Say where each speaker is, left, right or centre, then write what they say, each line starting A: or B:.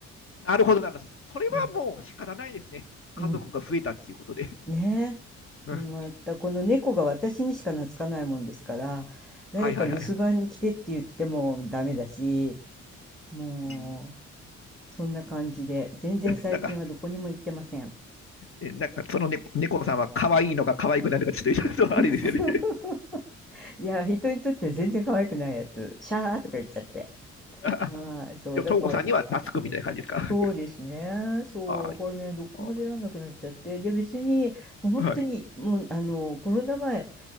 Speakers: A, on the left; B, in the centre.
A: なるほどなるほど。それはもう仕方ないですね。
B: うん、
A: 家族が増えたっていうことで。
B: うん。ね
A: <laughs> うん
B: え。またこの猫が私にしか懐かないもんですから、誰か留守番に来てって言ってもダメだし、
A: はいはいはい。
B: も
A: うん
B: うそんな感じで、全然最近はどこにも行ってません。
A: なんか、えなんかそのね、猫さんは可愛いのか可愛くないのか、ちょっと、ちょっとあれですよね。
B: <laughs> いや、人にとって全然可愛くないやつ、シャーとか言っちゃって。
A: <laughs> あ
B: はい、そう、
A: でも、
B: だから、
A: ともこさんには懐くみたいな感じですか。
B: そうですね。そう、
A: <laughs> あー
B: これね、どこも出られなくなっちゃって。
A: あ
B: で、別に、もう本当に、
A: はい。
B: もう、あの、コロナ前、